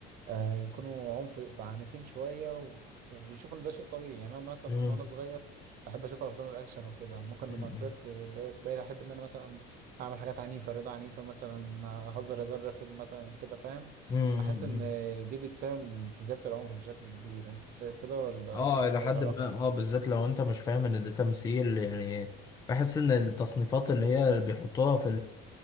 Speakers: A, on the right (about 50°); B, on the left (about 20°).
A: آه، يكونوا عنف عنيفين شوية و... وبيشوفوا إن ده شيء طبيعي يعني أنا مثلا
B: مم.
A: من وأنا صغير بحب أشوف أفلام الأكشن وكده ممكن
B: مم.
A: لما كبرت ب- بقيت أحب إن أنا مثلا أعمل حاجات عنيفة رضا عنيفة مثلا أهزر هزار رخم مثلا كده فاهم
B: مم.
A: أحس إن دي بتساهم في زيادة العنف بشكل كبير أنت شايف كده ولا
B: اه الى
A: ملوش
B: حد
A: علاقة؟
B: ما اه بالذات لو انت مش فاهم ان ده تمثيل يعني بحس ان التصنيفات اللي هي اللي بيحطوها في